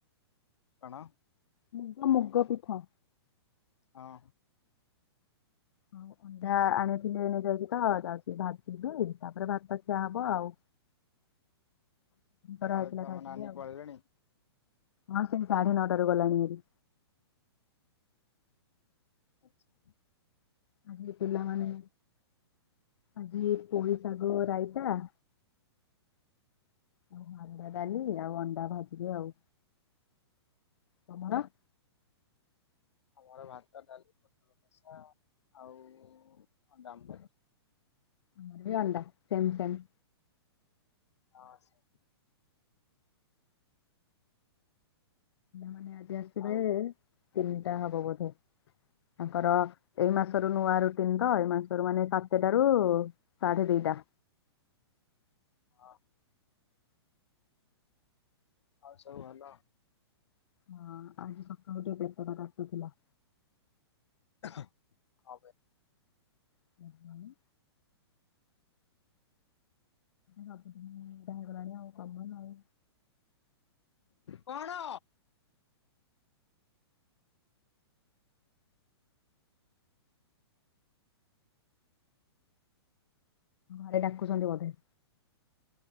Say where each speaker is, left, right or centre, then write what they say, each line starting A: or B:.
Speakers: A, on the left; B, on the left.
A: କଣ?
B: ମୁଗ ମୁଗ ପିଠା।
A: ହଁ।
B: ହଉ। ଯା ଆଣିଥିଲି ଏ ନେଇ ଯାଇକି ତ ଯାଉଛି ଭାଯିବି ତାପରେ ଭାତଖିଆ ହବ ଆଉ। ଧରହେଇଥିଲା
A: ଆଉ ତମ
B: ଖାଇଥିଲି
A: ନାନୀ
B: ଆଉ।
A: ପଳେଇଲେଣି
B: ହଁ ସେଇ ସାଢେ ନଅଟାରୁ ଗଲାଣି ହେରି।
A: ଆଛା।
B: ଆଜି ପିଲାମାନେ ଆଜି ପୋଇ ଶାଗ ରାଇତା ଆଉ ହରଡ଼ ଡାଲି ଆଉ ଅଣ୍ଡା ଭାଜିବି ଆଉ ତମର?
A: ଆମର ଭାତ ଡାଲି ପୋଟଳ କଷା ଆଉ ଅଣ୍ଡା ଅମଲେଟ।
B: ଆମର ବି ଅଣ୍ଡା ସେମ ସେମ।
A: ହଁ ସେ
B: ମାନେ ଆଜି ଆସିବେ
A: ଆଉ
B: ତିନିଟା ହବ ବୋଧେ ତାଙ୍କର ଏଇ ମାସ ର ନୂଆ ରୁଟିନ ତ ଏଇ ମାସରୁ ମାନେ ସାତଟାରୁ ସାଢ଼େ ଦିଇଟା।
A: ହଁ। ଆଉ ସବୁ ଭଲ।
B: ହଁ ଆଜି ସକାଳୁ ଯଉ ପେଟ ଟା କାଟୁଥିଲା।
A: ଖା କଣ ପାଇଁ?
B: ତା ସ୍ୱାମୀ। କପଟା କଣଆ ଆଉ କମନ ଆଉ।
A: କଣ?
B: ଘରେ ଡାକୁଛନ୍ତି ବୋଧେ।